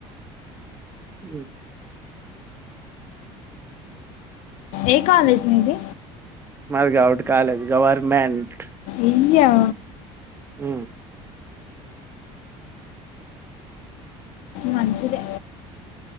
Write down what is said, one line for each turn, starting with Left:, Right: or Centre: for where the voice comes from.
Right: హు
Left: ఏ కాలేజ్
Right: ఆ,
Left: మీది
Right: మాది గౌట్ కాలేజ్ గవర్నమెంట్
Left: అయ్యో
Right: అ
Left: మంచిదే